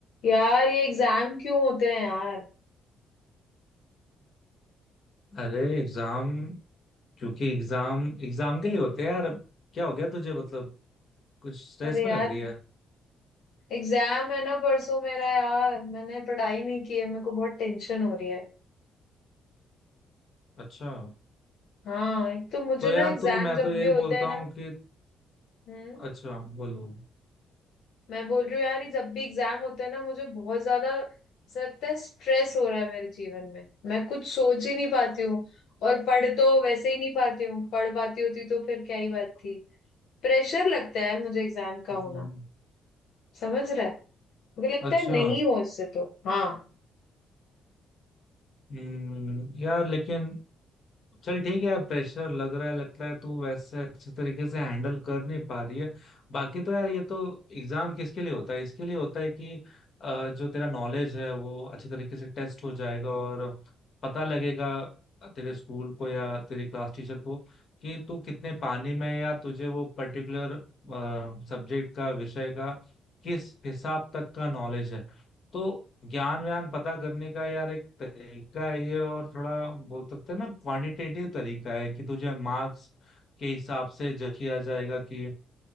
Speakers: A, on the left; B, on the left.
A: यार ये एग्जाम क्यों होते हैं यार
B: अरे एग्जाम क्योंकि exam exam के लिए होते हैं यार अब क्या हो गया तुझे मतलब कुछ स्ट्रेस
A: अरे
B: में
A: यार
B: लग रही है
A: एग्जाम है ना परसों मेरा यार मैंने पढ़ाई नहीं की है मेरे को बहुत टेंशन हो रही है
B: अच्छा
A: हाँ एक तो मुझे
B: तो यार
A: ना एग्जाम
B: तू मैं
A: जब
B: तो यही
A: भी होते
B: बोलता
A: हैं ना
B: हूँ कि
A: हम्म
B: अच्छा बोलो
A: मैं बोल रही हूँ यार ये जब भी एग्जाम होते हैं ना मुझे बहुत ज्यादा ऐसा लगता है स्ट्रेस हो रहा है मेरे जीवन में मैं कुछ सोच ही नहीं पाती हूँ और पढ़ तो वैसे ही नहीं पाती हूँ पढ़ पाती होती तो फिर क्या ही बात थी प्रेशर लगता है यार मुझे एग्जाम का
B: हम्म,
A: होना समझ रहा है मुझे लगता
B: अच्छा
A: है नहीं हो इससे तो हाँ
B: हम्म, यार लेकिन चल ठीक है प्रेशर लग रहा है लगता है तू वैसे अच्छे तरीके से हैंडल कर नहीं पा रही है बाकी तो यार ये तो एग्जाम किसके लिए होता है इसके लिए होता है कि अ, जो तेरा नॉलेज है वो अच्छे तरीके से टेस्ट हो जाएगा और पता लगेगा तेरे स्कूल को या तेरी क्लास टीचर को कि तू कितने पानी में है या तुझे वो पर्टिकुलर सब्जेक्ट का विषय का किस हिसाब तक का नॉलेज है तो ज्ञान व्यान पता करने का यार एक तरीका है ये और थोड़ा बोल सकते हैं ना क्वांटिटेटिव तरीका है कि तुझे मार्क्स के हिसाब से जज किया जाएगा कि अ,